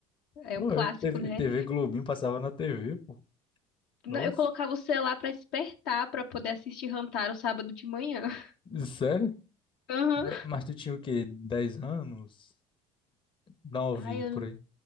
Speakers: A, on the left; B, on the left.
A: É
B: Pô,
A: um clássico,
B: eu- TV,
A: né?
B: TV Globinho passava na TV, pô.
A: Não,
B: Nossa,
A: eu colocava o celular pra despertar pra poder assistir Hamtaro sábado de manhã. <laughs>
B: sério?
A: Aham.
B: Mas, mas tu tinha o quê? 10 anos? 9,
A: Ai, eu...
B: por aí.